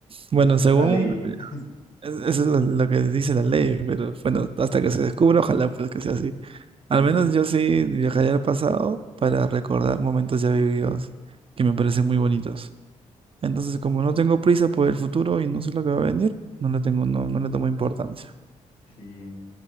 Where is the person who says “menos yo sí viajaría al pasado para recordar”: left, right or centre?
Right